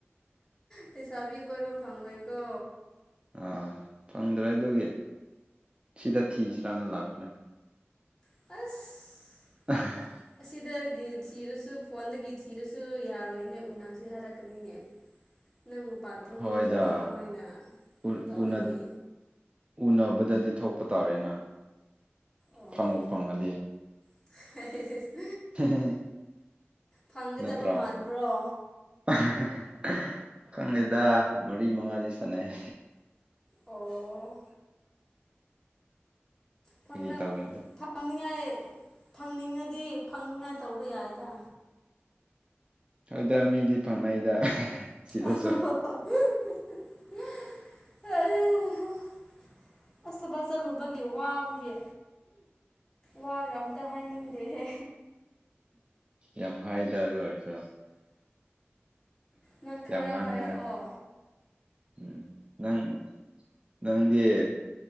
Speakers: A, on the left; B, on the right.
A: ꯂꯩꯁꯥꯕꯤ ꯀꯣꯏꯕ ꯐꯪꯉꯣꯏꯀꯣ
B: ꯑꯥ ꯐꯪꯗ꯭ꯔꯦ ꯑꯗꯨꯒꯤ ꯁꯤꯗ ꯊꯤꯁꯤ꯭ꯔꯥꯅ ꯂꯥꯛꯄꯅꯦ
A: ꯑꯁ
B: <unintelligible>
A: ꯑꯁꯤꯗꯒꯤ ꯊꯤꯔꯁꯨ ꯐꯣꯟꯗꯒꯤ ꯊꯤꯔꯁꯨ ꯌꯥꯔꯣꯏꯅꯦ ꯎꯅꯁꯤ ꯍꯥꯏꯔꯛꯀꯅꯤꯅꯦ ꯅꯪ ꯃꯄꯥꯟ ꯊꯣꯛꯅꯤꯡꯗ꯭ꯔꯗꯤ
B: ꯍꯣꯏꯗ
A: ꯀꯃꯥꯏꯅ
B: ꯎ-
A: ꯇꯧꯒꯅꯤ
B: ꯎꯅ- ꯎꯅꯕꯗꯗꯤ ꯊꯣꯛꯄ ꯇꯥꯔꯦꯅ
A: ꯑꯣ
B: ꯐꯪꯕꯨ ꯐꯪꯉꯗꯤ
A: <unintelligible>
B: ꯍꯦ ꯍꯦ ꯍꯦ
A: ꯐꯪꯒꯗꯕ
B: ꯅꯠꯇ꯭ꯔꯣ
A: ꯃꯥꯟꯕ꯭ꯔꯣ
B: <unintelligible> ꯈꯪꯗꯦꯗ ꯃꯔꯤ ꯃꯉꯥꯗꯤ ꯁꯥꯟꯅꯩ
A: ꯑꯣ ꯐꯪꯅ
B: ꯑꯩꯈꯣꯏꯒꯤ ꯇꯧꯕꯅꯤꯗ
A: ꯐꯪ ꯐꯪꯅꯤꯡꯉꯥꯏ ꯐꯪꯅꯤꯡꯉꯗꯤ ꯐꯪꯅꯤꯡꯉꯥꯏ ꯇꯧꯕ ꯌꯥꯏꯗ
B: ꯍꯣꯏꯗ ꯃꯤꯗꯤ ꯐꯪꯅꯩꯗ
A: <unintelligible>
B: ꯁꯤꯗꯁꯨ
A: ꯑ ꯑ ꯑꯁ ꯊꯕꯛ ꯆꯠꯂꯨꯕꯒꯤ ꯋꯥꯕꯒꯤ ꯋꯥꯒ ꯑꯝꯇ ꯍꯥꯏꯅꯤꯡꯗꯦꯍꯦ
B: ꯌꯥꯝ ꯍꯥꯏꯗꯥ ꯑꯗꯨ ꯑꯣꯏꯔꯁꯨ
A: ꯅꯪ ꯈꯔ
B: ꯌꯥꯝ ꯉꯥꯡꯉꯦꯅ
A: ꯍꯥꯏꯔꯛꯑꯣ
B: ꯎꯝ ꯅꯪ ꯅꯪꯗꯤ